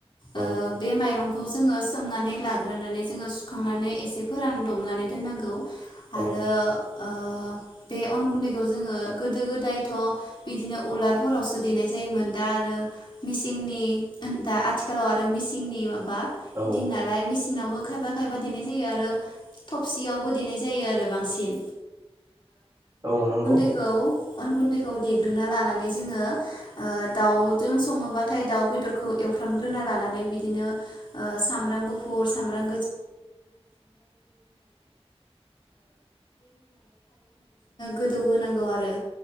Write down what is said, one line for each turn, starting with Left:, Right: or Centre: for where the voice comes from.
Right: औ
Left: ओ बे माइरं खौ जोङो सोमनानै लाग्रोनानै जोङो सुखांनानै एसे फोरान दबनानै दोननांगौ।
Right: औ
Left: आरो ओ बे अन गुन्दैखौ जोङो गोदो गोदायथ' बिदिनो उलारफोरावसो देनाय जायोमोन दा आरो मिसिंनि ओन दा आथिखालाव आरो मिसिंनि ओ बा
Right: औ
Left: दिनालाय मिसि दिनावबो खायफा खायफा देनाय जायो आरो थबसियावबो देनाय जायो आरो बांसिन।
Right: औ नंगौ।
Left: औ अन गुन्दैखौ देग्रोना लानानै जोङो ओ दाउजों सङोबाथाय दाउ बेदरखौ एवफ्रामग्रोना लानानै बिदिनो ओ सामब्राम गुफुर सामब्राम गो दौ होनांगौ आरो